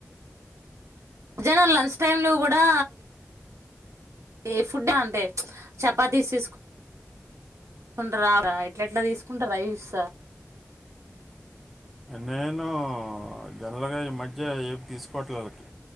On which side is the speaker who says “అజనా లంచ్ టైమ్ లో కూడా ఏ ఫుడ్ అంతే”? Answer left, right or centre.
Right